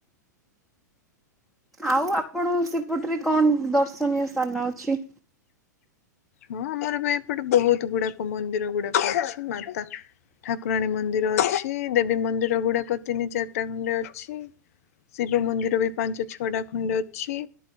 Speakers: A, in the centre; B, on the left.
A: ଆଉ ଆପଣ ସେପଟରେ କଣ ଦର୍ଶନୀୟ ସ୍ଥାନ ଅଛି?
B: ହଁ ଆମର ପାଇଁ ଏପଟେ ବହୁତ ଗୁଡାକ ମନ୍ଦିର ଗୁଡାକ ଅଛି ମାତା ଠାକୁରାଣୀ ମନ୍ଦିର ଅଛି ଦେବୀ ମନ୍ଦିର ଗୁଡାକ ତିନି ଚାରିଟା ଖଣ୍ଡେ ଅଛି। ଶିବ ମନ୍ଦିର ବି ପାଞ୍ଚ ଛଅଟା ଖଣ୍ଡେ ଅଛି।